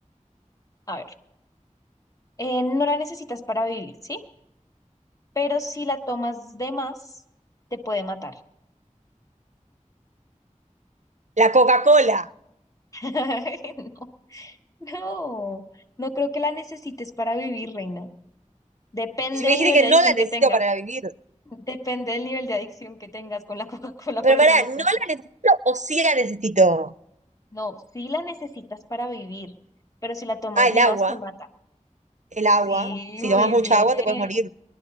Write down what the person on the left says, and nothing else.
A ver, eh, no la necesitas para vivir, ¿sí? Pero si la tomas de más, te puede matar.
<laughs> No, no creo que la necesites para vivir, reina. Depende
del
nivel
de adicción
que
tengas.
Depende del nivel de adicción que tengas con la <laughs> Coca-Cola,
pero
eso no
cuenta.
No, sí la necesitas para vivir, pero si la tomas
de
más, te mata.
Sí,
muy
bien.